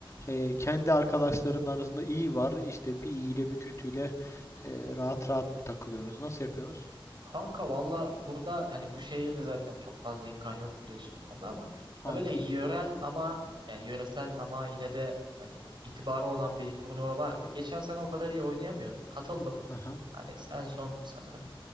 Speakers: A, on the left; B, on the right.
A: e, kendi arkadaşların arasında iyi var. İşte bir iyiyle bir kötüyle e, rahat rahat mı takılıyorsunuz? Nasıl yapıyorsunuz?
B: Kanka valla burada hani bu şehirde zaten çok fazla imkan yok biliyorsun o konuda ama
A: Anladım.
B: da böyle yörel ama yani yöresel ama yine de hani itibarı olan bir turnuva vardı. Geçen sene o kadar iyi oynayamıyordum. Katıldım.
A: Aha.
B: Hani en son sanırım